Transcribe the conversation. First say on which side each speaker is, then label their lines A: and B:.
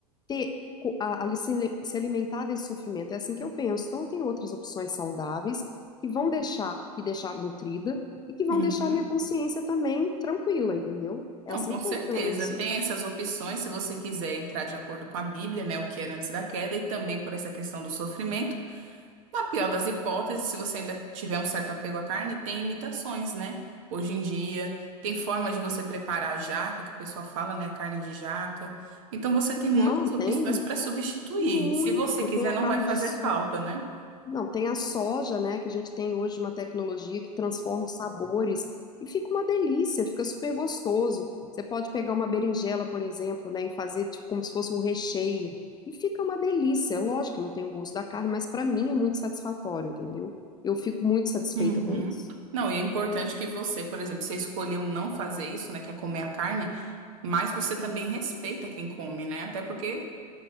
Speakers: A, on the left (about 20°); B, on the right (about 55°).
A: ter co- a, a- se, se alimentar desse sofrimento. É assim que eu penso. Então tem outras opções saudáveis que vão deixar e deixar nutrida e que vão
B: uhum.
A: deixar minha consciência também tranquila, entendeu? É
B: Não,
A: assim
B: com
A: que
B: certeza.
A: eu, pelo menos,
B: Tem essas opções, se você quiser entrar de acordo com a Bíblia, né, o que era antes da queda, e também por essa questão do sofrimento. Na pior das hipóteses, se você ainda tiver um certo apego à carne, tem imitações, né? Hoje em dia, tem formas de você preparar a jaca, que o pessoal fala, né, a carne de jaca. Então, você tem muitas
A: não,
B: opções
A: tem
B: para substituir.
A: muito,
B: Se você quiser,
A: tem a
B: não
A: carne
B: vai fazer
A: de sol.
B: falta, né?
A: Não, tem a soja, né, que a gente tem hoje uma tecnologia que transforma os sabores e fica uma delícia, fica super gostoso. Você pode pegar uma berinjela, por exemplo, né, e fazer tipo como se fosse um recheio e fica uma delícia. É Lógico que não tem o gosto da carne, mas para mim é muito satisfatório, entendeu? Eu fico muito satisfeita
B: Uhum.
A: com isso.
B: Não, e é importante que você, por exemplo, você escolheu não fazer isso, né, que é comer a carne, mas você também respeita quem come, né? Até porque